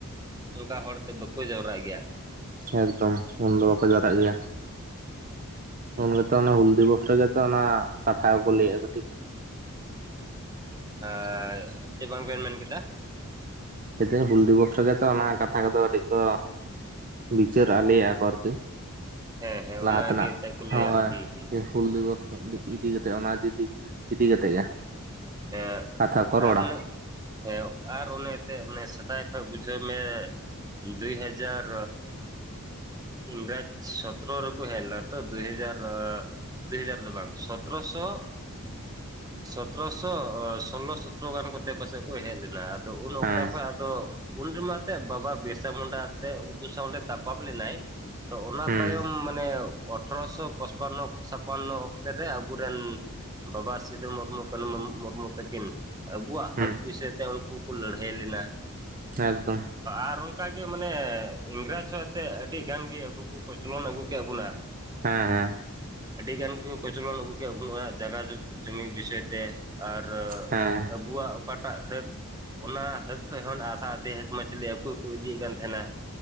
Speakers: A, on the right; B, on the right.
A: ᱚᱝᱠᱟ ᱦᱚᱲᱛᱮ ᱵᱟᱠᱚ ᱡᱟᱣᱨᱟᱜ ᱜᱮᱭᱟ᱾
B: ᱮᱠᱫᱚᱢ ᱩᱱᱫᱚ ᱵᱟᱠᱚ ᱡᱟᱣᱨᱟᱜ ᱜᱮᱭᱟ᱾ ᱩᱱ ᱜᱮᱛᱚ ᱚᱱᱟ ᱦᱩᱞ ᱫᱤᱵᱚᱥ ᱨᱮᱜᱮᱛᱚ ᱚᱱᱟ ᱠᱟᱛᱷᱟ ᱠᱚ ᱠᱚ ᱞᱟᱹᱭᱟ ᱠᱟᱹᱴᱤᱡ᱾
A: ᱦᱮᱸ ᱪᱮᱜ ᱵᱟᱝ ᱵᱮᱱ ᱢᱮᱱ ᱠᱮᱫᱟ?
B: ᱞᱟᱹᱭᱫᱟᱹᱧ ᱦᱩᱞ ᱫᱤᱵᱚᱥ ᱨᱮᱜᱮ ᱛᱚ ᱚᱱᱟ ᱠᱟᱛᱷᱟ ᱠᱚᱫᱚ ᱟᱹᱰᱤ ᱠᱚ ᱵᱤᱪᱟᱹᱨᱟ ᱨᱟᱜ-ᱟ ᱞᱮᱭᱟᱜ-ᱟ ᱠᱚ ᱟᱨᱠᱤ᱾
A: ᱦᱮᱸ ᱦᱮᱸ
B: ᱞᱟᱦᱟ
A: ᱚᱱᱟᱜᱮ
B: ᱛᱮᱱᱟᱜ
A: ᱛᱮ ᱠᱚ
B: ᱦᱳᱭ
A: ᱞᱟᱹᱭᱟ ᱦᱩᱸ ᱦᱩᱸ
B: ᱦᱩᱞ ᱫᱤᱵᱚᱥ ᱤᱫᱤ ᱠᱟᱛᱮᱜ ᱚᱱᱟ ᱤᱫᱤ ᱠᱟᱛᱮᱫ ᱜᱮ
A: ᱮᱸᱜ
B: ᱠᱟᱛᱷᱟ ᱠᱚ ᱨᱚᱲᱟ
A: ᱟᱨ ᱚᱱᱮ ᱦᱮᱸ ᱟᱨ ᱚᱱᱮ ᱮᱱᱛᱮᱜ ᱚᱱᱮ ᱥᱮᱫᱟᱭ ᱠᱷᱚᱱ ᱵᱩᱡᱷᱟᱹᱣ ᱢᱮ ᱫᱩᱭ ᱦᱟᱡᱟᱨ ᱤᱝᱨᱮᱡ ᱥᱚᱛᱨᱚ ᱨᱮᱠᱚ ᱦᱮᱡ ᱞᱮᱱᱟ ᱛᱚ? ᱫᱩᱭᱦᱟᱡᱟᱨ ᱫᱩᱭᱦᱟᱡᱟᱨ ᱫᱚ ᱵᱟᱝ ᱥᱚᱛᱨᱚᱥᱚ ᱥᱚᱛᱨᱚᱥᱚ ᱥᱳᱞᱞᱳ ᱥᱚᱛᱨᱚ ᱜᱟᱱ ᱠᱚᱛᱮ ᱯᱟᱥᱮᱫ ᱠᱚ ᱦᱮᱡ ᱞᱮᱱᱟ ᱟᱫᱚ ᱩᱱ
B: ᱦᱮᱸ
A: ᱚᱠᱛᱮ ᱠᱷᱚᱡ ᱟᱫᱚ ᱩᱱ ᱨᱮᱢᱟ ᱮᱱᱛᱮᱫ ᱵᱟᱵᱟ ᱵᱤᱨᱥᱟ ᱢᱩᱱᱰᱟ ᱮᱱᱛ ᱩᱱᱠᱩ ᱥᱟᱶᱞᱮ ᱛᱟᱯᱟᱢ ᱞᱮᱱᱟᱭ, ᱛᱚ ᱚᱱᱟ
B: ᱦᱩᱸ
A: ᱛᱟᱭᱚᱢ ᱢᱟᱱᱮ ᱟᱴᱷᱨᱚᱥᱚ ᱯᱚᱪᱯᱟᱱᱱᱚ ᱪᱷᱟᱯᱟᱱᱱᱚ ᱚᱠᱛᱮ ᱨᱮ ᱟᱵᱚᱨᱮᱱ ᱵᱟᱵᱟ ᱥᱤᱫᱩ ᱢᱩᱨᱢᱩ ᱠᱟᱱᱦᱩ ᱢᱩᱨᱢᱩ ᱛᱟᱹᱠᱤᱱ ᱟᱵᱚᱣᱟᱜ
B: ᱦᱩᱸ
A: ᱦᱠ ᱵᱤᱥᱚᱭ ᱛᱮ ᱩᱱᱠᱩ ᱠᱚ ᱞᱟᱹᱲᱦᱟᱹᱭ ᱞᱮᱱᱟ᱾
B: ᱮᱠᱫᱚᱢ᱾
A: ᱟᱨ ᱚᱱᱠᱟᱜᱮ ᱢᱟᱱᱮ ᱤᱝᱨᱮᱡᱽ ᱦᱚᱭᱛᱮ ᱟᱹᱰᱤ ᱜᱟᱱ ᱜᱮ ᱟᱵᱚ ᱠᱚ ᱠᱚᱪᱞᱚᱱ ᱟᱹᱜᱩ ᱠᱮᱜ ᱵᱩᱱᱟ,
B: ᱦᱮᱸ ᱦᱮᱸ᱾
A: ᱟᱹᱰᱤ ᱜᱟᱱ ᱜᱮᱠᱚ ᱠᱚᱪᱞᱚᱱ ᱟᱹᱜᱩ ᱠᱮᱫ ᱵᱚᱱᱟ ᱡᱟᱜᱟ ᱡᱚ-ᱡᱩᱢᱤ ᱵᱤᱥᱚᱭ ᱛᱮ, ᱟᱨ
B: ᱦᱮᱸ
A: ᱟᱵᱩᱣᱟᱜ ᱚᱠᱟᱴᱟᱜ ᱦᱟᱹᱠ ᱚᱱᱟ ᱦᱟᱹᱠ ᱠᱷᱚᱡ ᱦᱚᱸ ᱟᱥᱟ ᱟᱫᱷᱮ ᱦᱟᱹᱠ ᱢᱟ ᱪᱤᱞᱤ ᱟᱠᱚ ᱜᱮᱠᱚ ᱤᱫᱤᱭᱮᱫ ᱠᱟᱱ ᱛᱟᱦᱮᱸᱱᱟ,